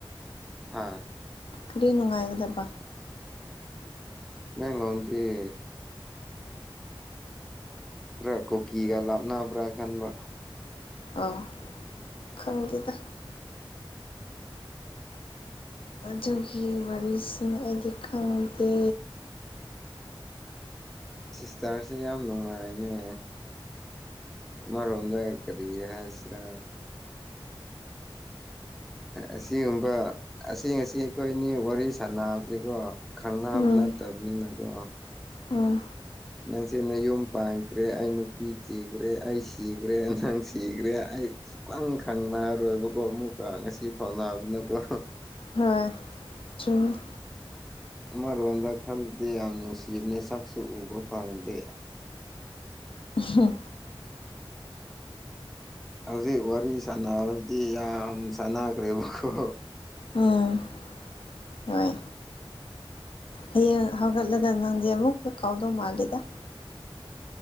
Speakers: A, in the centre; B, on the left.
A: ꯍꯥꯥ
B: ꯀꯔꯤ ꯅꯨꯡꯉꯥꯏꯒꯗꯕ
A: ꯃꯉꯥꯎꯗꯤ <inaudible> ꯈꯔ ꯀꯣꯀꯤꯒ ꯂꯥꯞꯅꯕ꯭ꯔꯥ ꯈꯟꯕ
B: ꯑꯥ ꯈꯪꯗꯦꯗ ꯑꯗꯨꯒꯤ ꯋꯥꯔꯤꯁꯤ ꯑꯩꯗꯤ ꯈꯪꯗꯦ
A: ꯁꯤꯁꯇꯔꯁꯦ ꯌꯥꯝ ꯅꯨꯡꯉꯥꯏꯅꯦ ꯑꯃꯔꯣꯝꯗ ꯀꯔꯤ ꯍꯥꯏꯁꯤꯔꯥ ꯑꯁꯤꯒꯨꯝꯕ ꯑꯁꯤ ꯉꯁꯤ ꯑꯩꯈꯣꯏꯅꯤ ꯋꯥꯔꯤ ꯁꯥꯟꯁꯤꯀꯣ ꯈꯪꯅꯕ
B: ꯎꯝ
A: ꯅꯠꯇꯕꯅꯤꯅꯀꯣ
B: ꯎꯝ
A: ꯅꯪꯁꯦꯅ ꯌꯨꯝ ꯄꯥꯟꯈ꯭ꯔꯦ ꯑꯩ ꯅꯨꯄꯤ ꯊꯤꯈ꯭ꯔꯦ ꯑꯩ ꯁꯤꯈ꯭ꯔꯦ ꯅꯪ ꯁꯤꯈ꯭ꯔꯦ ꯑꯩ ꯁꯨꯛꯈꯪ ꯈꯪꯅꯔꯣꯏꯕꯀꯣ ꯑꯃꯨꯛꯀ ꯉꯁꯤ ꯐꯥꯎꯅꯕꯅꯀꯣ
B: ꯍ ꯆꯨꯝ
A: ꯑꯃꯔꯣꯝꯗ ꯈꯜꯂꯗꯤ ꯌꯥꯝ ꯅꯨꯡꯁꯤꯕꯅꯦ ꯁꯛꯁꯨ ꯎꯕ ꯐꯪꯗꯦ
B: ꯎ
A: ꯍꯧꯖꯤꯛ ꯋꯥꯔꯤ ꯁꯥꯟꯅꯕꯁꯤꯗꯤ ꯌꯥꯝ ꯁꯥꯟꯅꯈ꯭ꯔꯦꯕꯀꯣ
B: ꯎꯝ ꯍꯣꯏ ꯍꯌꯦꯡ ꯍꯧꯒꯠꯂꯒ ꯅꯪꯗꯤ ꯑꯃꯨꯛꯛꯇ ꯀꯥꯎꯗꯧ ꯃꯥꯂꯦꯗ